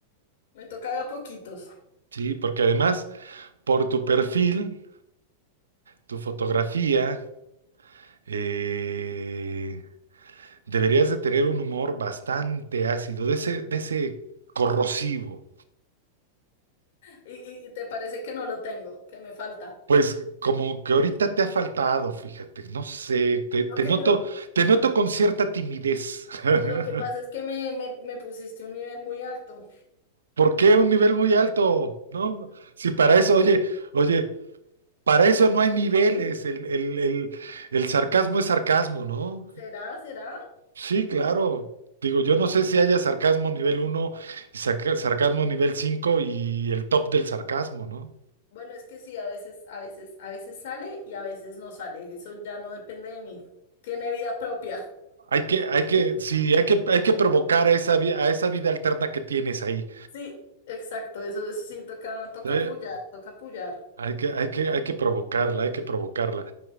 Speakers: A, on the left; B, on the right.
A: me toca de a poquitos. <laughs>
B: Sí, porque además, por tu perfil, tu fotografía, eh, deberías de tener un humor bastante ácido, de ese, de ese corrosivo.
A: Y, y- y te parece que no lo tengo, que me falta.
B: Pues como que ahorita te ha faltado, fíjate, no sé, te, te
A: Lo que,
B: noto,
A: lo,
B: te noto con cierta timidez. <laughs>
A: lo que pasa es que me, me, me pusiste un nivel muy alto.
B: ¿Por qué un nivel muy alto? No, si para eso, oye, oye, para eso no hay niveles, el, el, el, el sarcasmo es sarcasmo, ¿no?
A: ¿Será? ¿Será?
B: Sí, claro. Digo, yo no sé si haya sarcasmo nivel uno y sarca- sarcasmo nivel 5 y el top del sarcasmo, ¿no?
A: Bueno, es que sí, a veces, a veces, a veces sale y a veces no sale. Eso ya no depende de mí. Tiene vida propia.
B: Hay que, hay que, sí, hay que, hay que provocar a esa, vi- a esa vida alterna que tienes ahí.
A: Sí, exacto. Eso, eso sí toca, toca
B: Eh,
A: apoyar, toca apoyar.
B: Hay que, hay que, hay que provocarla, hay que provocarla.